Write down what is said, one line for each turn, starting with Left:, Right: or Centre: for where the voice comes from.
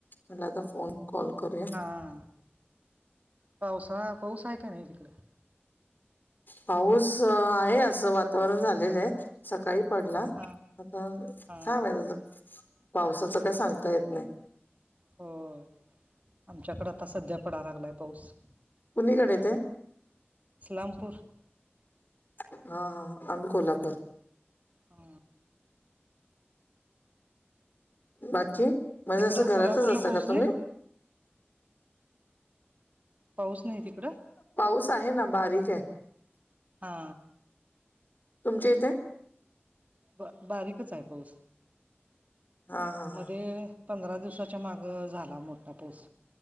Left: म्हटला आता फोन कॉल करूया.
Right: हा, पावसाळा पाऊस आहे काय नाही तिकडे,
Left: पाऊस आहे, असं वातावरण झालेलं आहे सकाळी पडला,
Right: हा
Left: आता
Right: हा
Left: काम आहे. त्याच पावसाच काय सांगता येत नाही.
Right: हो, आमच्याकडे आता सध्या पडायला लागलाय पाऊस.
Left: कुणीकडे ते,
Right: इस्लामपूर.
Left: हा हा, आम्ही कोल्हापूर.
Right: हा,
Left: बाकी म्हणजे
Right: तिकडं
Left: असं घरातच
Right: कोल्हापूरला
Left: असता
Right: पाऊस
Left: का तुम्ही
Right: नाही पाऊस नाही तिकडं.
Left: पाऊस आहे ना बारीक आहे.
Right: हा,
Left: तुमच्या इथे,
Right: ब बारीकच आहे पाऊस
Left: हा हा हा
Right: मध्ये पंधरा दिवसाच्या मागं झाला मोठा पाऊस.